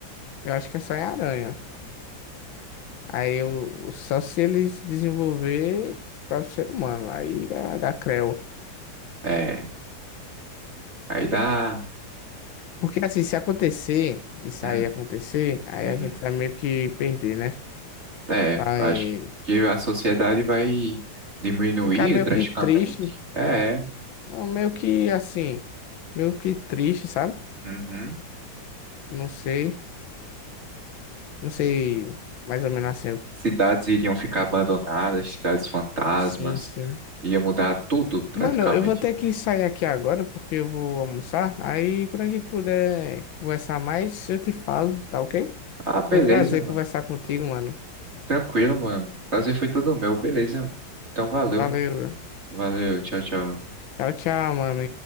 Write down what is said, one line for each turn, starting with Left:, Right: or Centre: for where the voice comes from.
Left: Eu acho que é só em aranha. Aí eu, só se eles desenvolver para o ser humano. Aí dá, dá creu.
Right: é. Aí dá.
Left: Porque assim, se acontecer, de sair
Right: Hum,
Left: acontecer, aí
Right: uhum.
Left: a gente vai meio que perder, né?
Right: É,
Left: Vai
Right: acho que a sociedade vai diminuir
Left: ficar meio
Right: drasticamente.
Left: que triste.
Right: É. é.
Left: Não, meio que assim, meio que triste, sabe?
Right: uhum.
Left: Não sei, não sei mais ou menos assim.
Right: Cidades iriam ficar abandonadas, cidades fantasmas.
Left: Sim, sim.
Right: Ia mudar tudo praticamente.
Left: Mano, eu vou ter que sair aqui agora porque eu vou almoçar. Aí quando a gente puder conversar mais, eu te falo, tá ok?
Right: Ah, beleza,
Left: Foi um prazer
Right: mano.
Left: conversar contigo, mano.
Right: Tranquilo, mano. Prazer foi todo meu, beleza. Então valeu.
Left: Valeu, meu.
Right: Valeu, tchau, tchau.
Left: Tchau, tchau, mano.